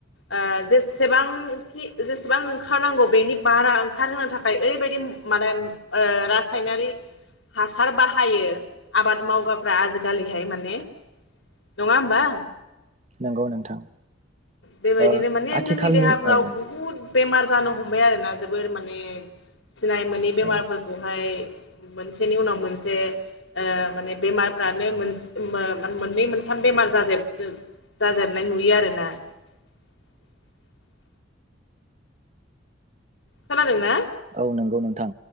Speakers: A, on the left (about 75°); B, on the right (about 35°).
A: ओ जेसेबांखि जेसेबां ओंखारनांगौ बेनि बारा ओंखारहोनो थाखाय ओरैबायदि माने ओ रासायनारि हासार बाहायो आबाद मावग्राफ्रा आजिखालिहाय माने नङा होमबा?
B: नंगौ नोंथां।
A: बेबायदिनो
B: ओ
A: माने
B: आथिखालनि
A: जोंनि देहाफ्राव
B: औ
A: बुहुद बेमार जानो हमबाय आरोना जोबोर माने सिनाय मोनै बेमारफोरखौहाय
B: औ
A: मोनसेनि उनाव मोनसे ओ माने बेमारफ्रानो मोन <unintelligible> मोननै मोनथाम बेमार <unintelligible> जाजेननाय नुयो आरो। <unintelligible> खोनादों ना?
B: औ नंगौ नोंथां